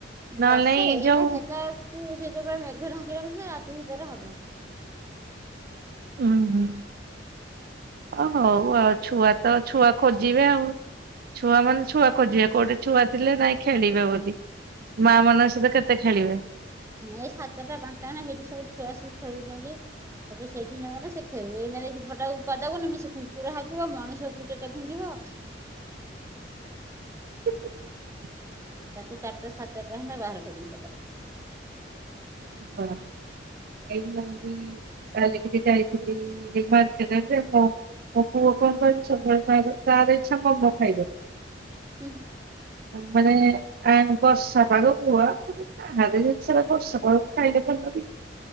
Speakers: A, on the right (about 15°); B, on the right (about 55°).
A: ବର୍ଷା
B: ନହେଲେ ନାଇଁ
A: ଏଇନା
B: ଯୋଉ
A: ହେଲା କୁ ସେ ଯୋଉଭଲିଆ ମେଘ ଢାଙ୍କି ରଖିଚି ସେ ରାତି ଭିତରେ ହବ।
B: ଉଁ ହୁଁ ଓ ହଉ ଆଉ ଛୁଆ ତ ଛୁଆ ଖୋଜିବେ ଆଉ। ଛୁଆ ମାନେ ଛୁଆ ଖୋଜିବେ କୋଉଟି ଛୁଆ ଥିଲେ ନାଇଁ ଖେଳିବେ ବୋଲି। ମା ମନଙ୍କ ସହିତ କେତେ ଖେଳିବେ?
A: ଏ ସାତଟା ପାଞ୍ଚଟା ନା ହେଇଠି ସବୁ ଛୁଆସିକି ଖେଳୁଚନ୍ତି। ତାକୁ ସେଇଠି ନଗଲେ ସେ ଖେଳିବ। ଏଇନା ଯଦି ପଟାକୁ ପଦାକୁ ନେମି ସେ କୁକୁର ହାକିବ ମଣିଷକୁ ଟେ ଫିଙ୍ଗିବ
B: <inaudible>
A: ତାକୁ ଚାରିଟା ସାଢ଼େ ଚାରିଟା ହେନେ ବାହାର କରିମି ପଦାକୁ।
B: ହଁ ଏ ମୁ ବି କାଲି ଟିକେ ଯାଇଥିଲି ମାର୍କେଟ ଆଡେ ଜେ ମୁଁ ମୋ ପୁଅ କଣ କରିଛି ନା ତାର ଇଛା ମୋମୋ ଖାଇବ।
A: ହୁଁ।
B: ମାନେ ଆ ବର୍ଷାପାଗ କୁ ହୁଆ ପୁଣି ବାହାର ଜିନଷ ରା ବର୍ଷ ପାଗ ଖାଇଲେ ଭଲ କି?